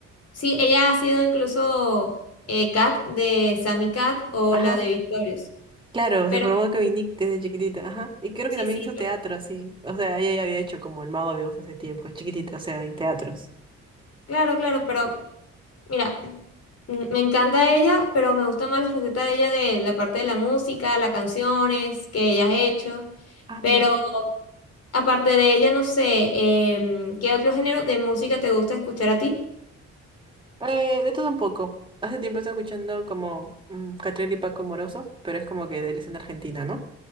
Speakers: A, on the left; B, on the right.
A: Sí, ella ha sido incluso eh, Kat de Sammy Cat o
B: Ajá.
A: la de Victorious.
B: Claro,
A: Pero
B: se formó con Nick desde chiquitita, ajá. Y creo
A: sí,
B: que también
A: sí,
B: hizo
A: pero
B: teatro, así. O sea, ella ya había hecho como El Mago de Oz hace tiempo, chiquitita, o sea, en teatros.
A: claro, claro, pero mira, mm, me encanta ella, pero me gusta más la faceta de ella de la parte de la música, las canciones que ella ha hecho.
B: Ah,
A: Pero
B: mira.
A: aparte de ella, no sé, em, ¿qué otro género de música te gusta escuchar a ti?
B: Eh, de todo un poco. Hace tiempo estoy escuchando como mm, Catriel y Paco Moroso, pero es como que de él es en Argentina, ¿no?